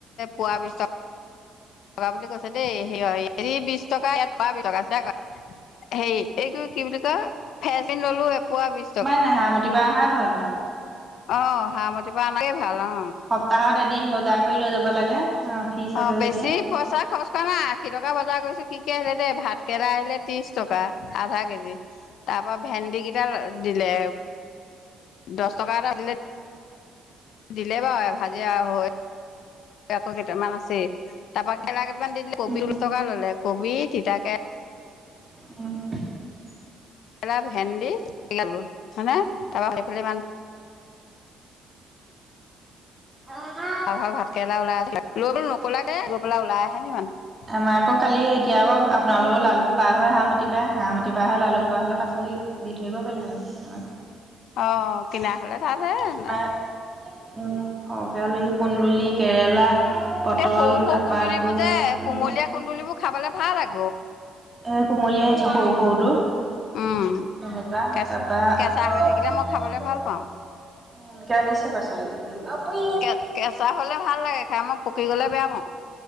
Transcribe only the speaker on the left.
পোৱা পিছত টকা বুলি কৈছে দেই সেইয় হেৰি বিশ টকা ইয়াত পাৰ বিশ টকা দেক হেৰি এইটো কি বুলি কই ফেচিন ললো এপোৱা বিশ টকা
অ হাৰমতিৰ পৰা <unintelligible> ভাল অ
অ
বেছি
পইচা খৰচ কৰা নাই আশী টকা বজাৰ কৰিৈছো কি কি আহিলে দেই ভাতকেৰেলা আহিলে ত্ৰিশ টকা আধা কেজি তাৰ পৰা ভেন্দি কিডাল দিলে দচ টকা এটা দিলে দিলে বাৰু ভাজি আৰু হৈ আকৌ কেইটামান আছে তাৰপা <inaudible> কেইটামান দি দিলে কবি
ওলচকা ল'লে কবি তিতাকে
<unintelligible> ভেন্দি <unintelligible>
আৰু ঘৰ ভাতকেৰেলা <unintelligible> আহে মানুহ
অ কিনা হলে থাত হে <unintelligible>
এই সৰু, সৰু
কুন্দুলিবোৰ
যে
কুমলীয়া কুন্দুলিবোৰ খাবলে ভাল ল <unintelligible>
উম
কেচ
কেঁচা হৈ থাকিলে মই খাবলৈ ভাল পাওঁ
কে কেঁচা হ'লে ভাল লাগে খাই মই পকি গ'লে বেয়া পাওঁ